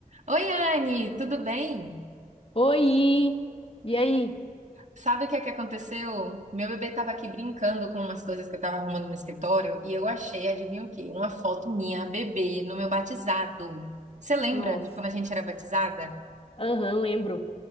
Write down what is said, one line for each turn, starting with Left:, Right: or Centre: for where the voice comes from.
Right: Oi, Anne, tudo bem?
Left: Oi! E aí?
Right: Sabe o que é que aconteceu? Meu bebê estava aqui brincando com umas coisas que eu estava arrumando no escritório e eu achei, adivinha o quê? Uma foto minha, bebê, no meu batizado. Você lembra
Left: Nossa.
Right: de quando a gente era batizada?
Left: Aham, lembro.